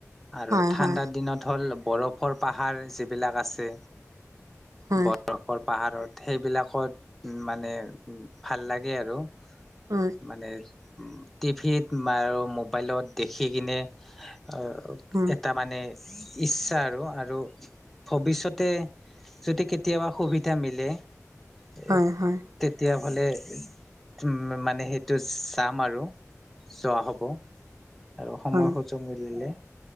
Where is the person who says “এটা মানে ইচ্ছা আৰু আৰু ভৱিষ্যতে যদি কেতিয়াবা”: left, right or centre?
Centre